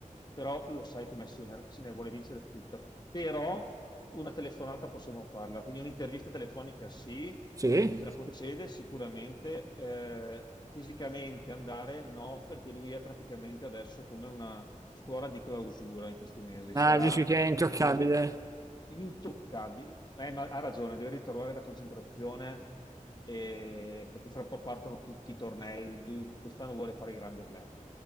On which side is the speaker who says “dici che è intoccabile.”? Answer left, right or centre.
Right